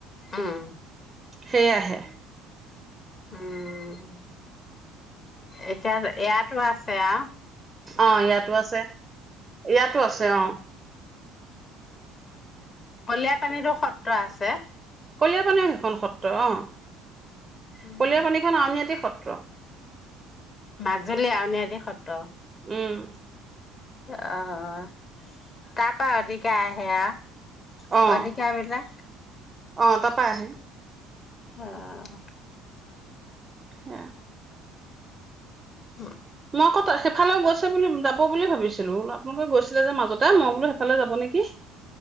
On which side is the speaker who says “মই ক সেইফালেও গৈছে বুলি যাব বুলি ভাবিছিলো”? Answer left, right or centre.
Right